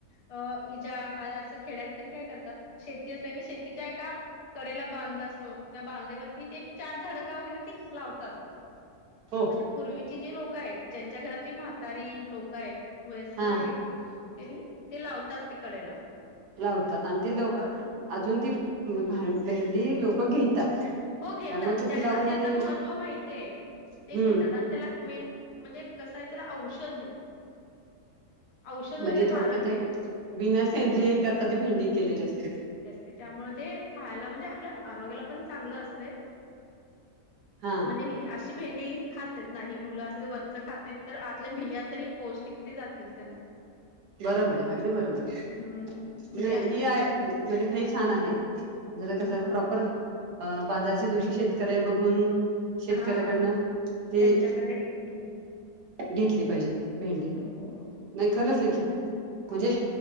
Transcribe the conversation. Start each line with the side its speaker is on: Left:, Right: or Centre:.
Left: अं, इच्या अं असं खेड्यात क् नई काय करतात, शेती असते ना, शेतीच्या एका कडेेला बांध असतो, त्या बांधेवरती, ते एक चार झाडं का होईना, ती लावतात.
Right: हो
Left: म्हणजे पूर्वीची जी लोक आहेत, ज्यांच्या घरात ती म्हातारी लोक काय वयस्कर
Right: हा
Left: आहेत, त्यांनी ते लावतात, ते कडेला.
Right: लावतात आणि ते
Left: हा
Right: लोकं अजून ती भ भा भेंडी लोकं घेतात.
Left: हो घेतात
Right: त्यामुळे तर
Left: ज्यांना
Right: ते लावून
Left: त्याच
Right: आणि
Left: महत्त्व माहितीय
Right: हम्म
Left: ते घेतात आन. त्याला मेन म्हणजे कस आहे त्याला औषध नाही.
Right: <inaudible>
Left: औषध
Right: म्हणजे
Left: वगैरे मारत
Right: थोडक्या ते
Left: नाहीत.
Right: बिना सेंद्रियही खताची भेंडी केलेली असते.
Left: ते त्यामुळे ते खायला म्हणजे आपल्या आरोग्याला पण चांगलं असतय.
Right: हा
Left: म्हणजे हे आसी. भेंडी खात नाहीत ना ही मुलं अस वरच खात नाहीत तर आतल्या बिया तरी पौष्टिक ते जातील त्यांना.
Right: बरोबर आहे अगदी बरोबर आहे.
Left: हम्म म्हणजे
Right: नाही
Left: असं
Right: ही
Left: बी
Right: आहे म्हणजे काही छान आहे कसं
Left: हां
Right: प्रॉपर. अ बाजारच्या दिवशी शेतकऱी आहे बघून शेतकऱ्याकडनं
Left: हां
Right: ते.
Left: त्यांच्याकडे घेत
Right: घेतली पाहिजे भेंडी
Left: हो, हो.
Right: नाही खरंच
Left: ती भेंडी
Right: आहे की. म्हणजे
Left: छान